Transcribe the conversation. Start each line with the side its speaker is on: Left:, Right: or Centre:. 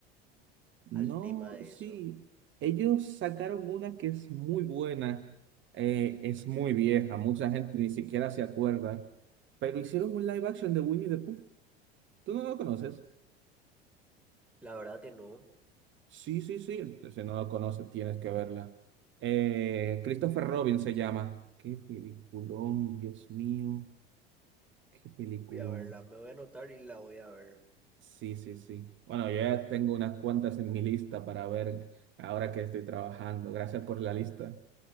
Right: No,
Centre: al tema de
Right: sí.
Centre: eso.
Right: Ellos sacaron una que es muy buena, eh, es muy vieja, mucha gente ni siquiera se acuerda, pero hicieron un live action de Winnie the Pooh. ¿Tú no lo conoces?
Centre: La verdad que no.
Right: Sí, sí, sí. Si no lo conoces, tienes que verla. Eh, Christopher Robin se llama. Qué peliculón, Dios mío. Qué peliculón.
Centre: Voy a verla, me voy a anotar y la voy a ver.
Right: Sí, sí, sí. Bueno, yo ya tengo unas cuantas en mi lista para ver ahora que estoy trabajando. Gracias por la lista.